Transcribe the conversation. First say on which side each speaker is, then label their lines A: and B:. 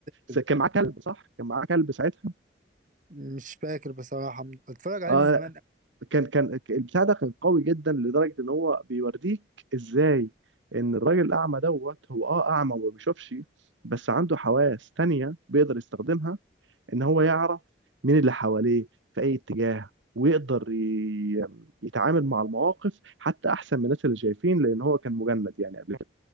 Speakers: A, on the right; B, on the right.
A: س-
B: كده.
A: كان معاه كلب صح؟ كان معاه كلب ساعتها
B: مش فاكر بصراحة اتفرج عليه
A: آه
B: من زمان أوي.
A: كان كان البتاع ده كان قوي جدا لدرجه ان هو بيوريك ازاي ان الراجل الاعمى دوت هو اه اعمى وما بيشوفش بس عنده حواس تانية بيقدر يستخدمها ان هو يعرف مين اللي حواليه في اي اتجاه ويقدر ي- يتعامل مع المواقف حتى احسن من الناس اللي شايفين لان هو كان مجند يعني قبل كده